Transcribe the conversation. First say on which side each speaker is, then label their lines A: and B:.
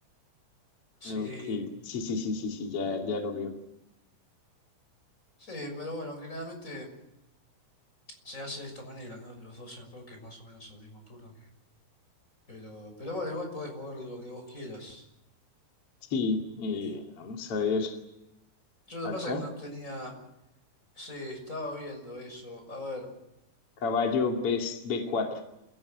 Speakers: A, on the left; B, on the left.
A: Sí,
B: Ok, sí, sí, sí, sí, sí, ya, ya lo veo.
A: sí, pero bueno, generalmente se hace de esta manera, ¿no? Los dos en que es más o menos el mismo turno. Pero, pero bueno, igual podés mover lo que vos quieras.
B: Sí, eh,
A: Y
B: vamos a ver
A: yo lo
B: acá.
A: que pasa es que no tenía... Sí, estaba viendo eso. A ver.
B: Caballo B, B4.